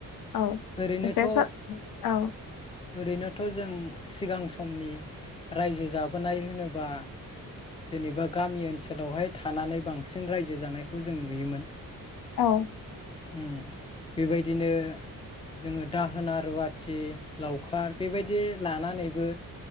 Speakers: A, on the left (about 90°); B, on the left (about 15°).
A: औ
B: ओरैनोथ'
A: एसे स औ
B: ओरैनो थ' जों सिगां समनि रायजो जाबोनाय होनोबा जेनेबा गामि ओनसोलावहाय थानानै बांसिन रायजो जानायखौ जों नुयोमोन।
A: औ
B: उम बेबायदिनो जोङो दाहोना रुवाथि लावखार बेबायदि लानानैबो